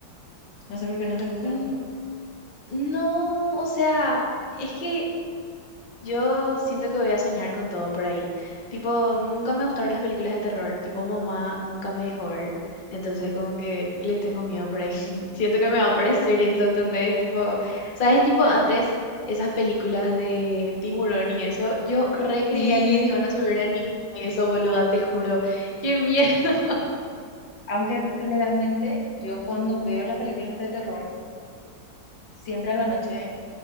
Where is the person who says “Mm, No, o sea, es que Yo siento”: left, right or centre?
Left